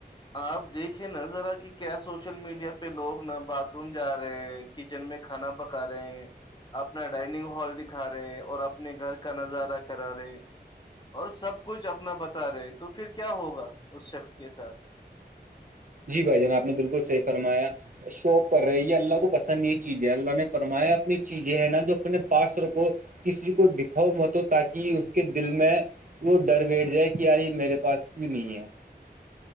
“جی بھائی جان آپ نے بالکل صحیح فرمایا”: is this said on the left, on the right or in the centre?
Right